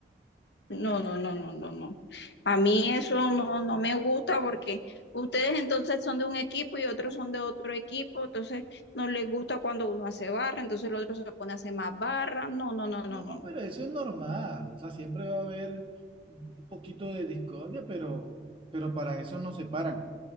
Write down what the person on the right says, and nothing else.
No,
pero eso es normal. O sea, siempre va a haber un poquito de discordia, pero, pero para eso nos separan.